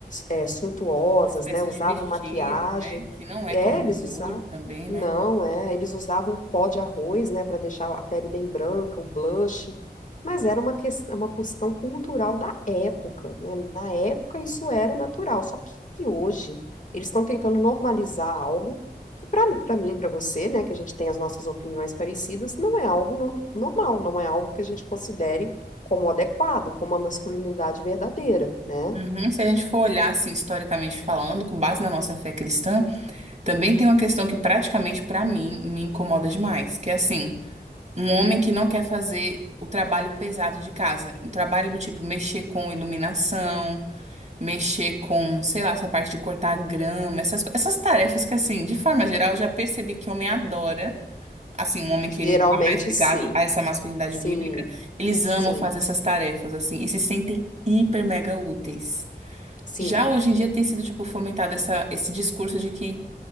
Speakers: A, on the left; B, on the right.
A: é, suntuosas,
B: Uma espécie
A: né, usavam
B: de vestido,
A: maquiagem.
B: né? Que não é
A: É,
B: como
A: eles
B: os de
A: usavam.
B: hoje também, né?
A: Não, é, eles usavam pó de arroz, né, para deixar a pele bem branca, o blush. Mas era uma questão, uma questão cultural da época, né? Na época isso era natural, só que hoje eles estão tentando normalizar algo que para para mim, para você, né, que a gente tem as nossas opiniões parecidas, não é algo nor- normal, não é algo que a gente considere como adequado, como uma masculinidade verdadeira, né?
B: Uhum. Se a gente for olhar, assim, historicamente falando, com base na nossa fé cristã, também tem uma questão que praticamente pra mim me incomoda demais, que é assim, um homem que não quer fazer o trabalho pesado de casa, um trabalho do tipo mexer com iluminação, mexer com, sei lá, essa parte de cortar grama, essas, co- essas tarefas que, assim, de forma geral, eu já percebi que homem adora, assim, um homem que ele
A: Geralmente
B: tá mais ligado
A: sim,
B: a essa masculinidade
A: sim,
B: bíblica, eles amam
A: sim,
B: fazer essas tarefas, assim, e se sentem hiper mega úteis.
A: sim,
B: Já hoje em dia tem sido, tipo, fomentado essa, esse discurso de que,